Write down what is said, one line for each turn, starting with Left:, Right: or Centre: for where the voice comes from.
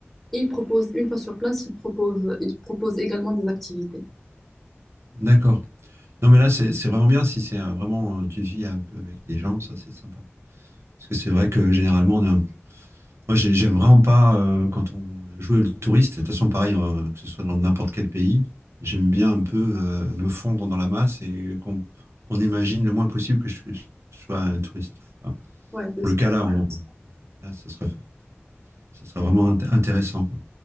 Centre: Et ils proposent, une fois sur place, ils proposent, ils proposent également des activités.
Right: d'accord. Non, mais là, c'est c'est vraiment bien si c'est euh, vraiment, euh, tu vis un peu avec des gens, ça, c'est sympa. Parce que c'est vrai que généralement, on est un... moi, j'aime vraiment pas euh, quand on joue le touriste. De toute façon, pareil, euh, que ce soit dans n'importe quel pays, j'aime bien un peu euh, me fondre dans la masse et qu'on qu'on imagine le moins possible que je, suis- je sois un touriste. Enfin,
Centre: Ouais, c'est
Right: pour le cas là, on- là, ça serait ça serait vraiment int- intéressant. quoi.